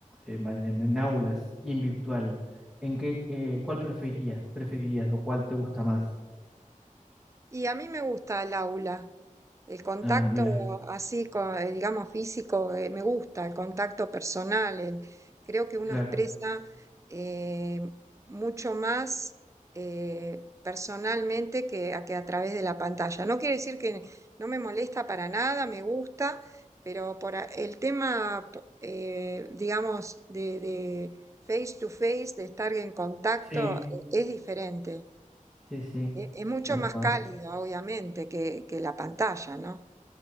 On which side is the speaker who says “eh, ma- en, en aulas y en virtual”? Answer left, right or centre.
Centre